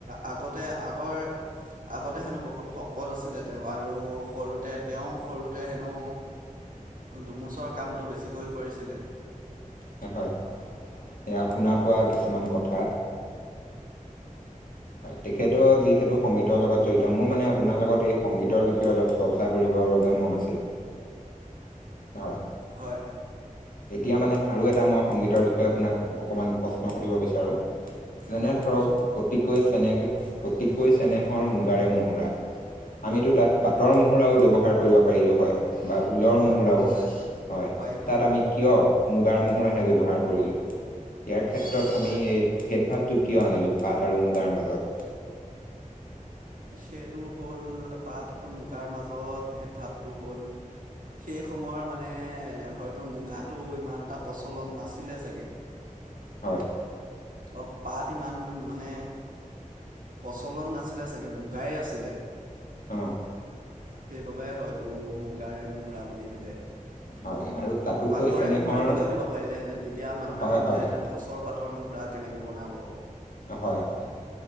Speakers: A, on the right; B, on the left.
A: আগতে আগৰ আগতে হেনো বহুত শকত আছিলে তেওঁ আৰু সৰুতে তেওঁ সৰুতে হেনো ধুমুচৰ কামটো বেছিকৈ কৰিছিলে।
B: <unintelligible> অ, হয়, এয়া শুনা পোৱা কিছুমান কথা হয় তেখেতৰ যিহেতু সংগীতৰ লগত জড়িত মোৰ মানে আপোনাৰ লগত এই সংগীতৰ বিষয়ে অলপ চৰ্চা কৰিব <unintelligible> বাবে মন আছিল, হয়,
A: হয়,
B: এতিয়া মানে আৰু এটা মই সংগীতৰ বিষয়ে আপোনাক অকণমান প্ৰশ্ন সুধিব বিচাৰো যেনে
A: হয় কওকচোন
B: ধৰক অতিকৈ চেনেহ অতিকৈ চেনেহৰ মুগাৰে মুহুৰা।
A: হয়
B: আমিতো তাত পাতৰ মুহুৰাও ব্যৱহাৰ কৰিব পাৰিলো হয়। বা ঊলৰ
A: হয়
B: মুহুৰাও
A: হয় পাৰিলে
B: হয়
A: পাৰিলোঁ
B: তাত
A: হয়
B: আমি
A: পাৰিলোঁ
B: কিয় মুগাৰ মহুৰাহে ব্যৱহাৰ কৰিলো। ইয়াৰ ক্ষেত্ৰত আমি এই ভেদভাৱটো কিয় আনিলো পাট আৰু মুগাৰ মাজত। <inaudible>
A: সেইটো হল পাট আৰু মুগাৰ মাজত ভেদ ভাৱটো হল সেই সময়ৰ মানে হয়তো মুগাটো ইমান এটা প্ৰচলন নাছিলে চাগে।
B: হয়।
A: অ' পাট ইমান মানে প্ৰচলন নাছিলে চাগে মুগায়ে আছিলে।
B: অ'।
A: সেইবাবে হয়তো মুগাৰে মুহুৰা বুলি দিলে।
B: হয় আৰু তাতোকৈ
A: পাটৰে
B: চেনেহৰ
A: মহুৰাবুলিও দিব পাৰিলেহেতেন তেতিয়া মানুহে
B: হয়
A: ভাবিলেহেতেন
B: হয়
A: গছৰ পাতৰ মহুৰা। তেনেকে বনাব।
B: হয়-হয়।